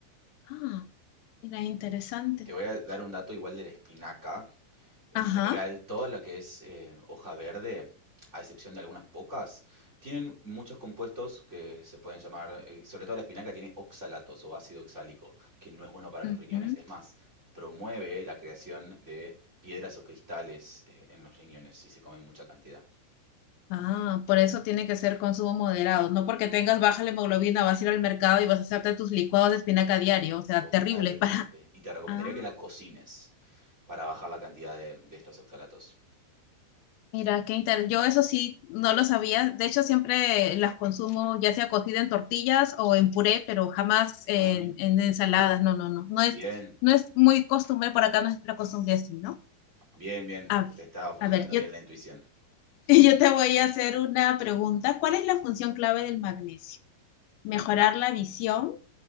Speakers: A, on the left; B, on the right.
A: Ah, mira, interesante.
B: Te voy a dar un dato igual de la espinaca, En
A: Ajá.
B: general, toda la que es eh, hoja verde, a excepción de algunas pocas, tienen muchos compuestos que se pueden llamar, eh, sobre todo la espinaca tiene oxalatos o ácido oxálico, que no es bueno para los
A: Ujú.
B: riñones. Es más, promueve la creación de piedras o cristales eh, en los riñones si se come en mucha cantidad.
A: Ah, por eso tiene que ser consumo moderado. No porque tengas baja la hemoglobina, vas a ir al mercado y vas a hacerte tus licuados de espinaca a diario. O sea,
B: Totalmente.
A: terrible <laughs> para...
B: Y te recomendaría
A: Ah,
B: que la cocines para bajar la cantidad de, de estos oxalatos.
A: mira, qué interesante. Yo eso sí no lo sabía. De hecho, siempre las consumo ya sea cocida en tortillas o en puré, pero jamás en,
B: Ah,
A: en ensaladas. No, no, no. No
B: bien,
A: es, no es muy costumbre por acá, no es la costumbre así, ¿no?
B: bien, bien.
A: A,
B: Te estaba funcionando
A: a ver, yo,
B: bien la
A: <laughs>
B: intuición, <laughs>
A: yo te voy a hacer una pregunta. ¿Cuál es la función clave del magnesio? ¿Mejorar la visión?